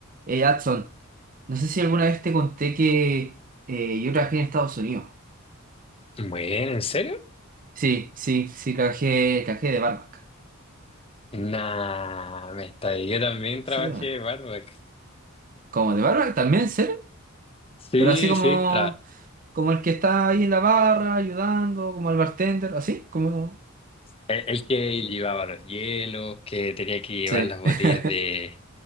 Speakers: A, on the right; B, on the left.
A: Eh, Adson, no sé si alguna vez te conté que eh, yo trabajé en Estados Unidos.
B: Bueno, ¿en serio?
A: Sí, sí, sí, trabajé, trabajé de barback.
B: Nah, me está ahí. Yo también trabajé
A: Sí, bueno.
B: barback.
A: ¿Como de barback también, sí?
B: Sí,
A: Pero así como,
B: sí, tra-
A: como el que está ahí en la barra ayudando, como el bartender, así, como...
B: el, el que llevaba los hielos, que tenía que llevar
A: Sí,
B: las botellas
A: <laughs>
B: de,